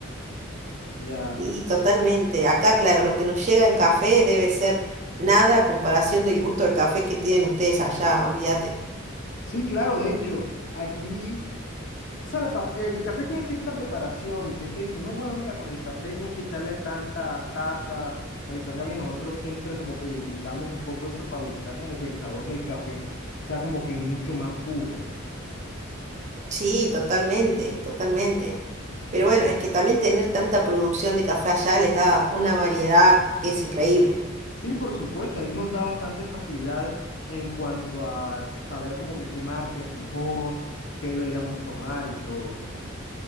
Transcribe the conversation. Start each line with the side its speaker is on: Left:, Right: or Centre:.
Left: Ya.
Right: Sí, totalmente. Acá, claro, lo que nos llega en café debe ser nada a comparación del gusto del café que tienen ustedes allá, olvídate.
Left: Sí, claro, de hecho, aquí O sea, el, pap- el café tiene cierta preparación y siempre dicen, no, bueno, mira, con el café tienes que echarle tantas tazas para que salga bien. Nosotros siempre como que duplicamos un poco eso para buscar como que el sabor del café sea como que mucho más puro.
Right: Sí, totalmente, totalmente. Pero bueno, es que también tener tanta producción de café allá les da una variedad que es increíble.
Left: Sí, por supuesto, ahí nos da bastantes facilidades en cuanto a saber como que qué marca es mejor, qué deberíamos tomar y todo.